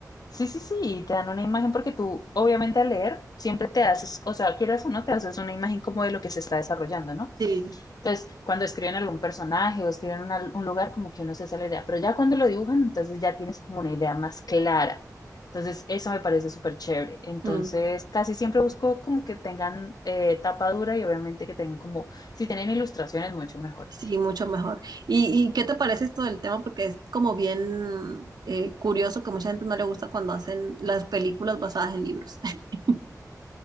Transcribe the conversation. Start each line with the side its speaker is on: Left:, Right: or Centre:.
Left: Sí, sí, sí, y te dan una imagen porque tú, obviamente al leer, siempre te haces, o sea, quieras o no, te haces una imagen como de lo que se está desarrollando, ¿no?
Right: Sí,
Left: Entonces, cuando escriben algún personaje o escriben una- un lugar, como que uno se hace la idea, pero ya cuando lo dibujan, entonces ya tienes como una idea más clara. Entonces, eso me parece súper chévere. Entonces,
Right: mm,
Left: casi siempre busco como que tengan eh, tapa dura y obviamente que tengan como, si tienen ilustraciones, mucho mejor.
Right: sí, mucho mejor. ¿Y, y qué te parece esto del tema? Porque es como bien eh, curioso que mucha gente no le gusta cuando hacen las películas basadas en libros. <laughs>